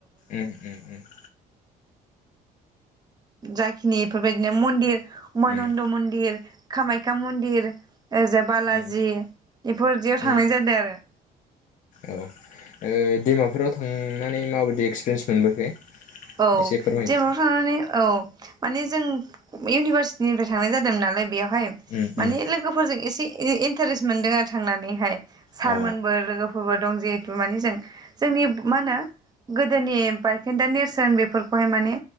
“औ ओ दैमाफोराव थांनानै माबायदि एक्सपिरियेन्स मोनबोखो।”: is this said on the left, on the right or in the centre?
Left